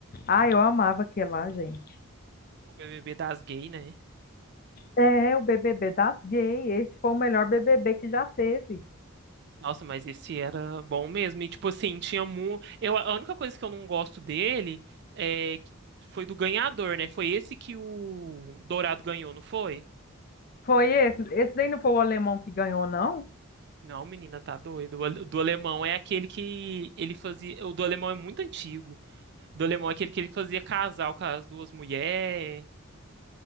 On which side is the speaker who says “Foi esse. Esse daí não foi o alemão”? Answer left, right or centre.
Left